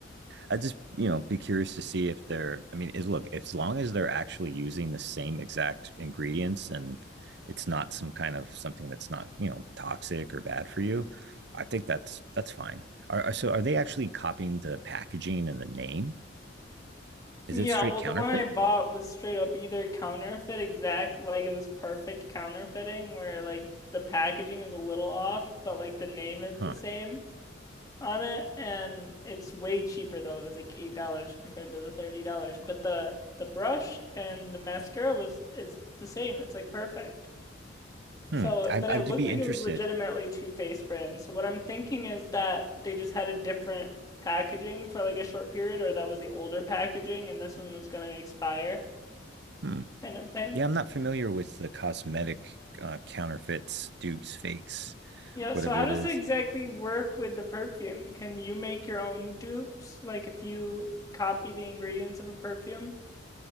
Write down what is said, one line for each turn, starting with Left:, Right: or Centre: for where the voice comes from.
Right: I just, you know, be curious to see if they're. I mean, is look as long as they're actually using the same exact ingredients and it's not some kind of something that's not you know toxic or bad for you. I think that's that's fine. Are, are- so are they actually copying the packaging and the name? Is
Left: Yeah,
Right: it straight
Left: well,
Right: counterfeit?
Left: the one I bought was straight up either counterfeit exact, like it was perfect counterfeiting, where like the packaging is a little off, but like the name is
Right: Huh.
Left: the same. on it and it's way cheaper though. It was like eight dollars compared to the thirty dollars. But the the brush and the mascara was it's the same. It's like perfect.
Right: Hmm.
Left: So,
Right: I,
Left: but
Right: I'd
Left: it looked
Right: be
Left: like
Right: interested.
Left: it was legitimately Too Faced brand. So what I'm thinking is that they just had a different packaging for like a short period, or that was the older packaging and this one was gonna expire
Right: Hmm.
Left: kind of thing.
Right: Yeah, I'm not familiar with the cosmetic uh, counterfeits, dupes, fakes,
Left: Yeah,
Right: whatever
Left: so how
Right: it
Left: does
Right: is.
Left: it exactly work with the perfume? Can you make your own dupes? Like if you copy the ingredients of a perfume?